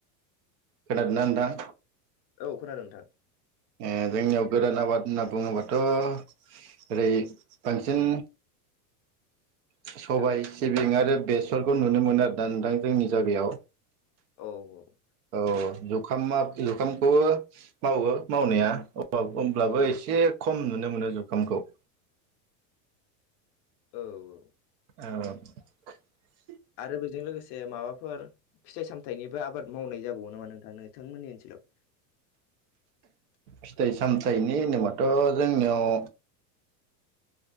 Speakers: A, on the right; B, on the left.
A: खोनादोंना नोंथां?
B: औ खोनादों नोंथां ।
A: ओ जोंनियाव गोदान आबाद होनना बुङोबाथ ओरै बांसिन सबाय
B: औ
A: सिबिं आरो बेसरखौ नुनो मोनो आरोना नोंथां जोंनि जागायाव ।
B: औ औ ।
A: औ जुखाम आब जुखामखौबो मावो मावनाया अ होमब्लाबो एस से खम नुनो मोनो जुखामखौ ।
B: औ औ ।
A: औ ।
B: आरो बेजों लोगोसे माबाफोर फिथाइ सामथाइनिबो आबाद मावनाय जाबावो नामा नोंथां नोंथांमोननि ओनसोलाव? <inaudible>
A: फिथाइ सामथाइनि होनोबाथ जोंनियाव